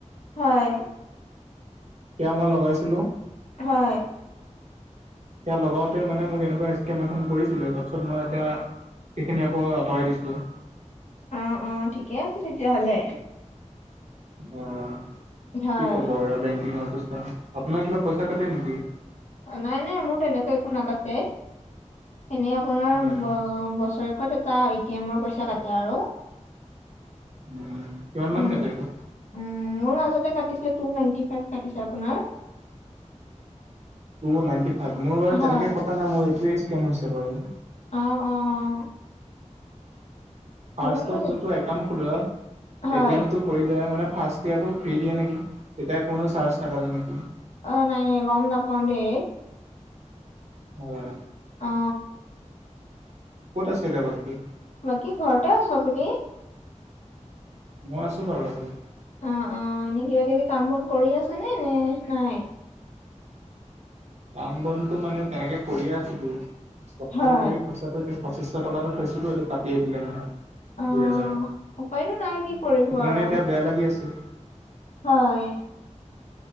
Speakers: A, on the left (about 70°); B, on the right (about 60°).
A: হয়।
B: এতিয়া মই লগাইছিলো।
A: হয়।
B: এতিয়া লগাওতে মানে মোক এনেকুৱা স্কিম এখন কৰিছিলে, তাৰপিছত মই এতিয়া সেইখিনি আকৌ আতৰাই দিছো।
A: অঁ অঁ, ঠিকে আছে তেতিয়ালে হলে।
B: অঁ,
A: হয়।
B: কি কব বেংকিং আপোনাৰ কিবা পইচা কাটে নেকি?
A: অঁ, নাই নাই মোৰ তেনেকুৱা একো নাকাতে এনেই আপোনাৰ
B: উম
A: বছৰেকত এটা এটি এমৰ পইচা কাটে আৰু।
B: উম কিমান মান
A: উম।
B: কাতে এইটো।
A: উম, মোৰ মাজতে কাটিছে টু নাইনটি ফাইভ কাটিছে আপোনাৰ।
B: টু নাইনটি ফাইভ, মোৰ বাৰু
A: হয়।
B: তেনেকে কথা নাই মোৰ এইটোৱে স্কেম হৈছে বাৰু।
A: অঁ অঁ।
B: ফাৰ্ষ্টত
A: আমাৰ লগত
B: যোনটো একাউণ্ট খুলোৱাই
A: হয়,
B: এটি এম কৰি মানে ফাৰ্ষ্ট ইয়াৰটো ফ্ৰী দিয়ে নেকি, তেতিয়া কোনো চাৰ্জ নাকাতে নেকি।
A: অঁ, নাই নাই গম নাপাওঁ দে।
B: হয়।
A: অঁ।
B: কত আছে এতিয়া বাকী?
A: বাকী ঘৰতে আছো, আপুনি?
B: মই আছো বাৰু হয়।
A: অঁ অঁ, এনে কিবা কিবি কাম বন কৰি আছ নে নে নাই?
B: কাম বনতো মানে তেনেকে কৰিয়ে আছিলো কষ্ট
A: হয়,
B: কৰি। পিছতটো এয়া পঁচিশ টকাটো থৈছিলো, এইটো কাটিয়ে দিলে নহয়।
A: অ',
B: দুহেজাৰ,
A: উপায়তো নাই কি কৰিব
B: সেইটো কাৰণে
A: আৰু।
B: এতিয়া বেয়া লাগি আছে।
A: হয়।